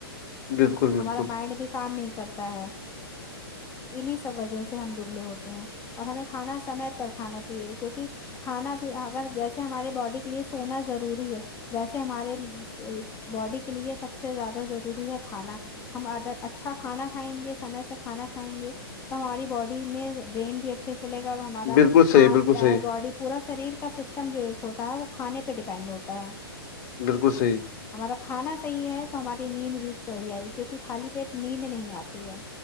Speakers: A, on the left; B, on the left.
A: بالکل بالکل
B: ہمارا مائنڈ بھی کام نہیں کرتا ہے
A: <unintelligible> <inaudible>
B: انہی سب وجہ سے ہم دبلے ہوتے ہیں اور ہمیں کھانا سمے پر کھانا چاہیے کیونکہ کھانا بھی اگر جیسے ہمارے باڈی کے لیے سونا ضروری ہے ویسے ہمارے باڈی کے لیے سب سے زیادہ ضروری ہے کھانا ہم اچھا کھانا کھائیں گے سمے سے کھانا کھائیں گے تو ہماری باڈی میں برین بھی اچھے چلے گا ہمارا
A: بالکل صحیح
B: ہاتھ
A: بالکل
B: پیر
A: صحیح
B: باڈی پورا شریر کا سسٹم جو ایک ہوتا ہے وہ کھانے پہ ڈیپینڈ ہوتا ہے
A: بالکل صحیح
B: ہمارا کھانا صحیح ہے تو ہماری نیند بھی صحیح آئی کیوںکہ خالی پیٹ نیند نہیں آتی ہے